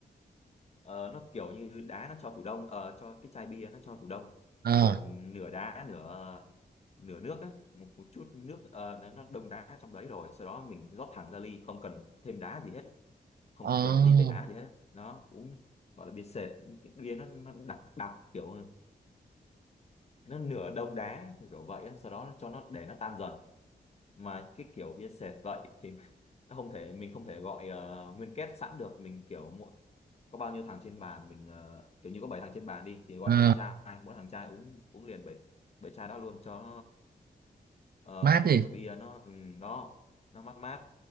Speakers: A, on the left (about 40°); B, on the right (about 65°).
A: Ờ, nó kiểu như đá nó cho tủ đông ờ, cho cái chai bia nó cho tủ đông
B: ờ
A: nó kiểu nửa đá nửa ờ, nửa nước á một, một chút nước ờ, nó nó đông đá trong đấy rồi sau đó mình rót thẳng ra ly không cần thêm đá gì hết không
B: ờ
A: cần ly tẩy đá gì hết á. nó uống gọi là bia sệt cái bia nó nó đặc đặc kiểu nó nửa đông đá kiểu kiểu vậy á. sau đó nó cho nó để nó tan dần mà cái kiểu bia sệt vậy thì Nó không thể mình không thể gọi ờ, nguyên kết sẵn được mình kiểu mỗi có bao nhiêu thằng trên bàn mình ờ, kiểu như có bảy thằng trên bàn đi thì gọi
B: ờ
A: 7 chai mỗi thằng chai uống uống liền 7 bảy chai đó luôn cho ờ,
B: mát
A: cho
B: gì
A: cái bia nó ừ, đó nó mát mát